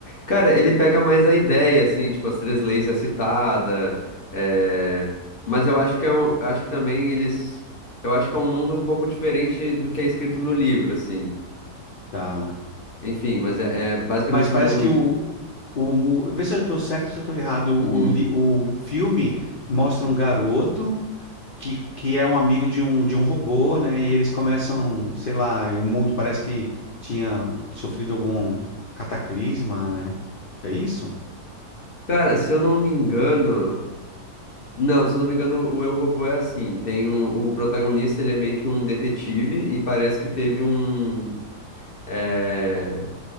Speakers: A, on the left (about 45°); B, on the left (about 80°).
A: Cara, ele pega mais a ideia, assim, tipo, as três leis é citada, é, mas eu acho que é um, eu acho que também eles, eu acho que é um mundo um pouco diferente do que é escrito no livro, assim.
B: Tá.
A: Enfim, mas é, é basicamente
B: Mas parece
A: um mundo.
B: que o... o mu- vê se eu tô certo ou se eu tô errado. O,
A: Uhum.
B: li- o filme mostra um garoto que, que é um amigo de um, de um robô, né? E eles começam, sei lá, o mundo parece que tinha sofrido algum cataclisma, né? É isso?
A: Cara, se eu não me engano, não, se eu não me engano, o Eu Robô é assim. Tem o, o protagonista, ele é meio que um detetive e parece que teve um, eh,